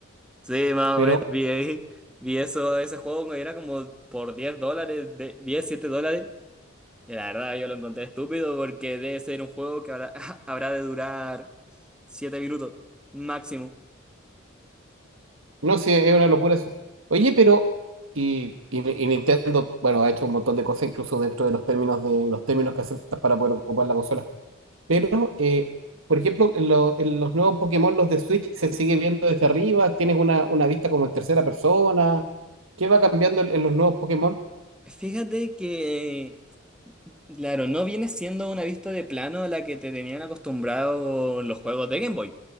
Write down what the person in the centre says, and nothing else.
Sí, más
o menos vi, ahí- vi eso, ese juego que era como por 10 dólares, de, 10 7 dólares. Y la verdad yo lo encontré estúpido porque debe ser un juego que habrá, <laughs> habrá de durar 7 minutos máximo.
Fíjate que, claro, no viene siendo una vista de plano a la que te tenían acostumbrado los juegos de Game Boy,